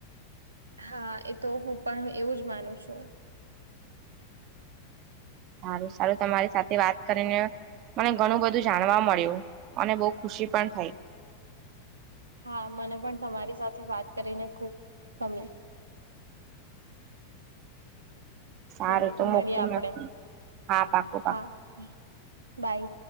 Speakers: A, on the right (about 80°); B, on the right (about 40°).
A: હા, એ તો હું પણ એવું જ માનું છું.
B: સારું સારું, તમારી સાથે વાત કરીને મને ઘણું બધું જાણવા મળ્યું, અને બહુ ખુશી પણ થઈ.
A: હા, મને પણ તમારી સાથે વાત કરીને ખુબ ગમી
B: સારું
A: ચલો તો મળીએ
B: મોકું
A: આપડે.
B: નથી. હા પાકું પાકું
A: હા હા બાય.